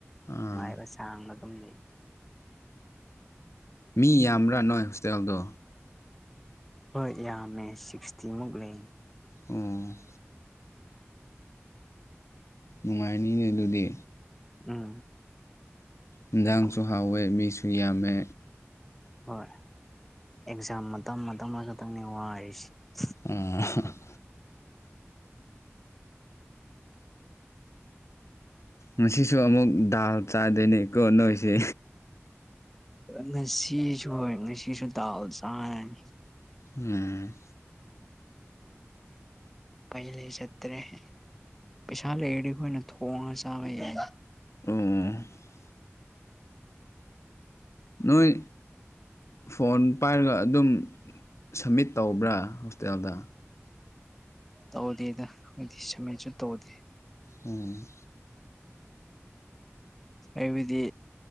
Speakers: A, on the left; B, in the centre.
A: ꯑꯥ
B: ꯅꯨꯡꯉꯥꯏꯕ ꯆꯥꯡꯅ ꯑꯗꯨꯝ ꯂꯩ
A: ꯃꯤ ꯌꯥꯝꯕ꯭ꯔꯥ ꯅꯣꯏ ꯍꯣꯁꯇꯦꯜꯗꯣ
B: ꯍꯣꯏ ꯌꯥꯝꯃꯦ ꯁꯤꯛꯁꯇꯤꯃꯨꯛ ꯂꯩ
A: ꯎꯝ ꯅꯨꯡꯉꯥꯏꯅꯤꯅꯦ ꯑꯗꯨꯗꯤ
B: ꯎꯝ
A: ꯏꯟꯖꯥꯡꯁꯨ
B: ꯌꯥꯝ
A: ꯍꯥꯎꯋꯦ ꯃꯤꯁꯨ ꯌꯥꯝꯃꯦ
B: ꯍꯣꯏ ꯑꯦꯛꯖꯥꯝ ꯃꯇꯝ ꯃꯇꯝ ꯑꯃꯈꯛꯇꯪꯅꯤ ꯋꯥꯔꯤꯁꯤ
A: ꯎꯝ ꯉꯁꯤꯁꯨ ꯑꯃꯨꯛ ꯗꯥꯜ ꯆꯥꯗꯣꯏꯅꯦꯀꯣ ꯅꯣꯏꯁꯦ
B: ꯉꯁꯤꯁꯨ ꯍꯣꯏ ꯉꯁꯤꯁꯨ ꯗꯥꯜ ꯆꯥꯔꯅꯤ
A: ꯎꯝ
B: ꯄꯩꯂꯩ ꯆꯠꯇ꯭ꯔꯦ ꯄꯩꯁꯥ ꯂꯩꯔꯗꯤ ꯑꯩꯈꯣꯏꯅ ꯊꯣꯡꯉꯒ ꯆꯥꯕ ꯌꯥꯢ
A: <unintelligible> ꯅꯣꯏ ꯐꯣꯟ ꯄꯥꯏꯔꯒ ꯑꯗꯨꯝ ꯁꯝꯃꯤꯠ ꯇꯧꯕ꯭ꯔꯥ ꯍꯣꯁꯇꯦꯜꯗ
B: ꯇꯧꯗꯦꯗ ꯑꯩꯗꯤ ꯁꯝꯃꯤꯠꯁꯨ ꯇꯧꯗꯦ
A: ꯎꯝ
B: ꯑꯩꯕꯗꯤ